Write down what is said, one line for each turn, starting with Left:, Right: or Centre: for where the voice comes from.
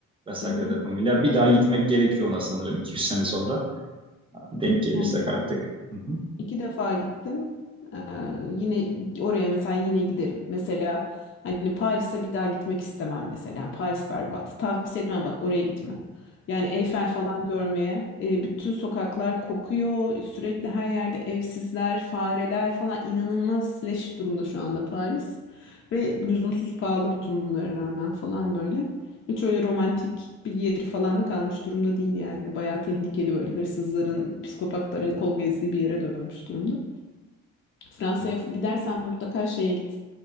Right: La Sagrada
Left: hı hı.
Right: Familia. Bir daha gitmek gerekiyor ona sanırım 200 sene sonra. Denk gelirsek
Left: Yani
Right: artık. Hı
Left: İki defa gittim. Ee, yine oraya mesela yine giderim. Mesela hani Paris'e bir daha gitmek istemem mesela. Paris berbat. Tavsiye etmem bak oraya gitme. Yani Eyfel falan görmeye. e, bütün sokaklar kokuyor. Sürekli her yerde evsizler, fareler falan inanılmaz leş durumda şu anda Paris. Ve lüzumsuz pahalı bütün bunlara rağmen falan böyle. Hiç öyle romantik bir yeri falan da kalmış durumda değil yani. Bayağı tehlikeli böyle hırsızların, psikopatların kol gezdiği bir yere dönmüş durumda. Fransa'ya
Right: hı.
Left: gidersen mutlaka şeye git.